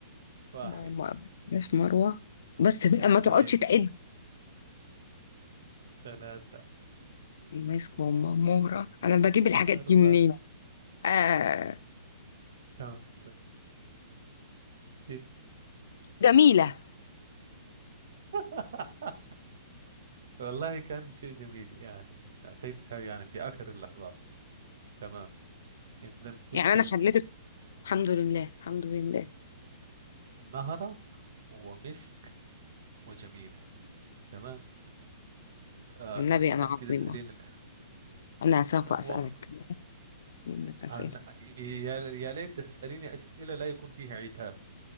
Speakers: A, on the right; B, on the left.
A: واحد
B: ما ما بلاش مروة بس بقى
A: اثنين
B: ما تقعدش تعد
A: ثلاثة
B: مسك ماما مهرة انا بجيب الحاجات
A: أربعة
B: دي منين آه...
A: خمسة ستة
B: جميلة
A: <laughs> والله كان شيء جميل يعني أتيتها يعني في آخر اللحظات تمام إذا
B: يعني
A: فزت
B: انا
A: أنت
B: خليتك الحمد لله الحمد لله
A: مهرة ومسك وجميلة تمام آه
B: والنبي انا
A: أنت
B: عظيمة
A: تسألين الآن
B: انا سوف
A: آه،
B: اسألك
A: و...
B: منك أسئلة
A: أنا... يا... يا ليت تسأليني أسئلة لا يكون فيها عتاب